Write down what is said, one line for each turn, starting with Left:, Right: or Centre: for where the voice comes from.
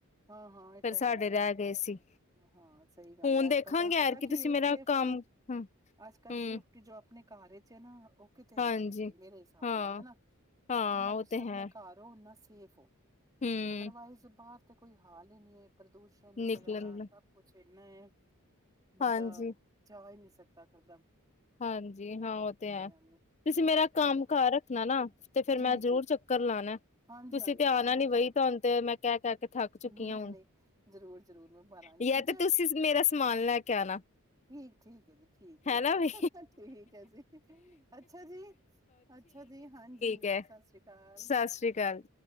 Right: ਹਾਂ ਹਾਂ, ਇਹ
Left: ਫਿਰ
Right: ਤਾਂ
Left: ਸਾਡੇ
Right: ਹੈ।
Left: ਰਹਿ ਗਏ ਸੀ
Right: ਹਾਂ, ਸਹੀ ਗੱਲ
Left: ਹੁਣ
Right: ਹੈ ਅੱਜ-ਕੱਲ-
Left: ਦੇਖਾਂਗੇ ਯਾਰ
Right: ਪਤਾ
Left: ਕਿ
Right: ਕੀ
Left: ਤੁਸੀਂ
Right: ਏ
Left: ਮੇਰਾ
Right: ਸੇਫਟੀ।
Left: ਕੰਮ ਹਮ
Right: ਅੱਜ ਕੱਲ
Left: ਹਮ
Right: ਸੇਫਟੀ ਜੋ ਆਪਣੇ ਘਰ ਚ ਏ ਨਾ ਉਹ ਕਿਤੇ
Left: ਹਾਂਜੀ
Right: ਵੀ ਨੀ ਹੈਗੀ ਮੇਰੇ ਹਿਸਾਬ
Left: ਹਾਂ
Right: ਨਾਲ, ਹੈ ਨਾ,
Left: ਹਾਂ
Right: ਜਿੰਨਾ ਤੁਸੀਂ
Left: ਉਹ ਤੇ
Right: ਆਪਣੇ
Left: ਹੈ
Right: ਘਰ ਉ ਓਨਾ ਸੇ ਸੇਫੋ
Left: ਹਮ
Right: ਅਦਰਵਾਈਜ਼ ਬਾਹਰ ਤੇ ਕੋਈ ਹਾਲ ਹੀ ਨਈ ਏ ਪ੍ਰਦੂਸ਼ਣ
Left: ਨਿਕਲਣ
Right: ਵਲੈ ਦਾ ਸਭ ਕੁੱਛ ਪੀਨਾ ਏ ਬੰਦਾ
Left: ਹਾਂਜੀ।
Right: ਜਾ ਹੀ ਨਹੀਂ ਸਤਾ ਕਰ।
Left: ਹਾਂਜੀ ਹਾਂ, ਉਹ ਤੇ ਹੈ
Right: ਹਾਂਜੀ
Left: ਤੁਸੀਂ ਮੇਰਾ ਕੰਮ
Right: ਚਲੋ
Left: ਕਾਰ ਰੱਖਣਾ ਨਾ ਤੇ ਫੇਰ
Right: ਜੀ
Left: ਮੈਂ ਜ਼ਰੂਰ
Right: ਜੀ
Left: ਚੱਕਰ ਲਾਣਾ,
Right: ਹਾਂਜੀ
Left: ਤੁਸੀਂ
Right: ਹਾਂਜੀ
Left: ਤੇ ਆਣਾ
Right: ਜ਼ਰੂਰ
Left: ਨੀ ਬਈ
Right: ਜ਼ਰੂਰ
Left: ਤੁਹਾਨੂੰ ਤੇ ਮੈਂ ਕਹਿ ਕਹਿ ਕੇ ਥੱਕ ਚੁੱਕੀ
Right: ਨਹੀਂ
Left: ਹ ਹੁਣ,
Right: ਨਹੀਂ ਜ਼ਰੂਰ ਜ਼ਰੂਰ ਮੈਂ ਮਾਰਾਂਗੀ
Left: ਯਾ
Right: ਠੀਕ
Left: ਤੇ
Right: ਹੈ
Left: ਤੁਸੀਂ ਮੇਰਾ ਸਮਾਨ ਲੈ ਕੇ ਆਣਾ,
Right: ਠੀਕ ਠੀਕ ਹੈ ਜੀ ਠੀਕ
Left: ਹੈ ਨਾ ਵੀ।
Right: ਠੀਕ ਹੈ ਜੀ, ਅੱਛਾ ਜੀ, ਅੱਛਾ ਜੀ ਹਾਂਜੀ।
Left: ਕਹਿ
Right: ਸਤਿ ਸ੍ਰੀ ਅਕਾਲ
Left: ਸਸ ਰੀ ਕਾਲ